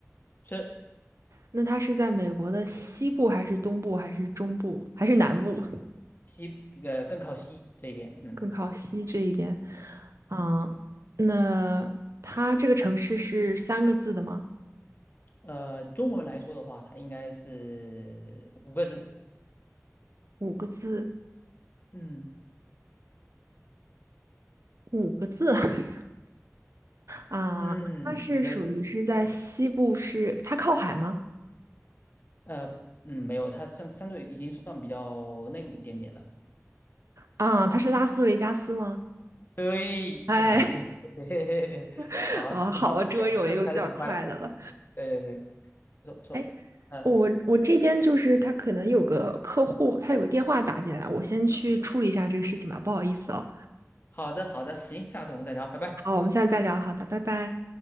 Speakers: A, on the left (about 40°); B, on the right (about 70°).
A: 是。
B: 那它是在美国的西部还是东部还是中部还是南部？
A: 西呃更靠西这边，嗯，
B: 更靠西这一边。嗯，那它这个城市是三个字的吗？
A: 呃，中文来说的话，它应该是五个字，
B: 五个字？
A: 嗯
B: 五个字 <laughs> 啊，
A: 嗯，
B: 那它是属于是在西部是，
A: 五个字，
B: 它靠海吗？
A: 呃，嗯，没有，它算相对已经算比较内陆一点点了，
B: 啊，它是拉斯维加斯吗？
A: 对，
B: 哎，
A: <laughs> 对，
B: <laughs>
A: 好，
B: 啊，
A: 挺好的，
B: 好，终于有一个比较快的了。
A: 挺好的，这次猜的挺快的，对对对，不错不错，
B: 哎，
A: 嗯、
B: 我我这边就是他可能有个客户，他有个电话打进来，我先去处理一下这个事情吧，不好意思哦。
A: 好的好的，行，下次我们再聊，拜拜。
B: 好，我们下次再聊，好的，拜拜。